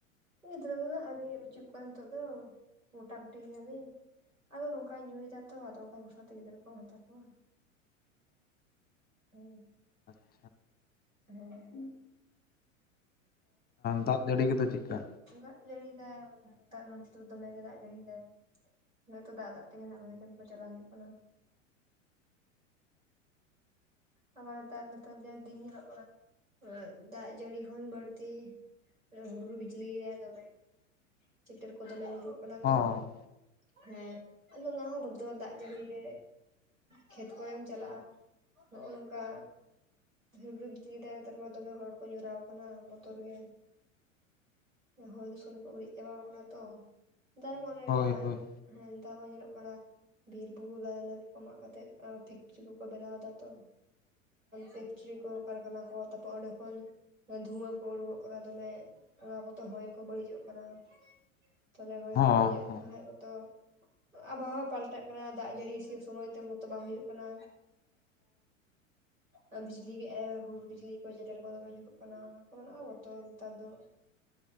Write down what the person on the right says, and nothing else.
ᱜᱤᱫᱽᱨᱟᱹ ᱫᱚ ᱟᱹᱣᱨᱤ ᱵᱪᱩᱜ ᱠᱚᱣᱟ ᱱᱤᱛᱚᱜ ᱫᱚ, ᱜᱚᱴᱟ ᱜᱩᱴᱤ ᱜᱮᱭᱟᱞᱤᱧ᱾ ᱟᱫᱚ ᱱᱚᱝᱠᱟᱭ ᱧᱩᱭ ᱫᱟ ᱛᱚ, ᱟᱫᱚ ᱚᱠᱟ ᱵᱷᱚᱨᱟᱛᱮ ᱜᱤᱫᱽᱨᱟᱹ ᱠᱚᱢ ᱦᱟᱛᱣ ᱠᱚᱣᱟ᱾ ᱦᱩᱸ᱾
ᱦᱮᱸ
ᱫᱟᱜ ᱡᱟᱹᱲᱤᱭ ᱫᱟᱭ ᱫᱟᱜ ᱱᱚᱱ ᱛᱮ ᱫᱚᱢᱮᱭ ᱫᱟᱜ ᱡᱟᱹᱲᱤᱭ ᱫᱟᱭ᱾ ᱱᱚᱛᱮ ᱫᱟᱜ ᱫᱟᱜ ᱛᱮᱜᱮ ᱨᱟᱱ ᱠᱚ ᱪᱟᱞᱟᱣ ᱦᱩᱭᱩᱜ ᱠᱟᱱᱟ᱾ ᱟᱵᱟᱨ ᱱᱮᱛᱟᱨ ᱱᱮᱛᱟᱨ ᱡᱟ ᱫᱤᱱ ᱧᱮᱞᱚᱜ ᱠᱟᱱᱟ, ᱫᱟᱜ ᱡᱟᱹᱲᱤ ᱠᱷᱚᱱ ᱵᱟᱹᱲᱛᱤ ᱛᱤ ᱚᱱᱮ ᱦᱩᱰᱩᱨ ᱵᱤᱡᱽᱞᱤᱭᱟᱭ ᱫᱚᱢᱮ, ᱪᱴᱟᱹᱨ ᱠᱚ ᱫᱚᱢᱮ ᱧᱩᱨᱦᱩᱜ ᱠᱟᱱᱟ
ᱛᱚ᱾ ᱦᱮᱸ ᱟᱫᱚ ᱚᱱᱟ ᱦᱚᱸ ᱵᱚᱛᱚᱨ ᱫᱟᱜ ᱡᱟᱹᱲᱤ ᱨᱮ ᱠᱷᱮᱛ ᱠᱚᱨᱮᱢ ᱪᱟᱞᱟᱜᱼᱟ᱾ ᱱᱚᱜᱼ ᱱᱚᱝᱠᱟ ᱦᱩᱰᱨ ᱵᱤᱡᱽᱞᱤ ᱫᱚ ᱱᱮᱛᱟᱨ ᱢᱟ ᱫᱚᱢᱮ ᱦᱚᱲ ᱠᱚ ᱧᱩᱨᱟᱣ ᱟᱠᱚ ᱠᱟᱱᱟ᱾ ᱵᱚᱛᱚᱨ ᱜᱮ, ᱦᱚᱭ ᱫᱩᱥᱚᱱ ᱠᱚ ᱵᱟᱨᱤᱡ ᱪᱟᱵᱟ ᱠᱟᱱᱟ ᱛᱚ᱾ ᱛᱟᱨ ᱢᱚᱱᱮ
ᱡᱟᱦᱟᱸ
ᱦᱮᱸ ᱱᱮᱛᱟᱨ ᱢᱟ ᱧᱮᱞᱚᱜ ᱠᱟᱱᱟ, ᱵᱤᱨ ᱵᱩᱨᱩ ᱫᱟᱨᱮ ᱱᱟᱹᱲᱤ ᱠᱚ ᱢᱟᱜ ᱠᱟᱛᱮᱜ ᱯᱷᱮᱠᱴᱨᱤ ᱠᱚᱠᱚ ᱵᱮᱱᱟᱣ ᱫᱟ ᱛᱚ᱾ ᱯᱷᱮᱠᱴᱨᱤ ᱠᱚ ᱠᱟᱨᱠᱷᱟᱱᱟ ᱠᱚ ᱛᱟᱯᱚᱨ ᱚᱸᱰᱮ ᱠᱷᱚᱱ ᱫᱷᱩᱣᱟᱹ ᱠᱚ ᱠᱚ ᱩᱰᱩᱠᱚᱜ ᱠᱟᱱᱟ ᱫᱚᱢᱮ ᱚᱱᱟ ᱠᱚᱛᱮ ᱦᱚᱭ ᱠᱚ ᱵᱟᱹᱲᱤᱡᱚᱜ ᱠᱟᱱᱟ ᱛᱟᱦᱚᱞᱮ ᱦᱚᱭ
ᱠᱚ ᱵᱟᱹᱲᱤᱡᱚᱜ
ᱠᱟᱱᱟ᱾ ᱵᱟᱠᱷᱟᱡ ᱢᱚᱛᱚ ᱟᱵᱚᱦᱟᱣᱟ ᱯᱟᱞᱴᱟᱜ ᱠᱟᱱᱟ ᱫᱟᱜ ᱡᱟᱹᱲᱤ ᱥᱮ ᱥᱚᱢᱚᱭ ᱛᱮ ᱢᱚᱛᱚ ᱵᱟᱝ ᱦᱩᱭᱩᱜᱭ ᱠᱟᱱᱟ᱾ ᱟᱨ ᱵᱤᱡᱽᱞᱤ ᱠᱮᱜᱟᱭ ᱦᱩᱰᱩᱨ ᱵᱤᱡᱽᱞᱤ ᱠᱚ ᱡᱮᱴᱮᱨ ᱠᱚ ᱫᱚᱢᱮ ᱧᱩᱨᱩᱜ ᱠᱟᱱᱟ ᱚᱱᱟ ᱠᱚᱨᱮᱱᱟᱜ ᱵᱛᱚᱨ ᱱᱮᱛᱟᱨ ᱫᱚ᱾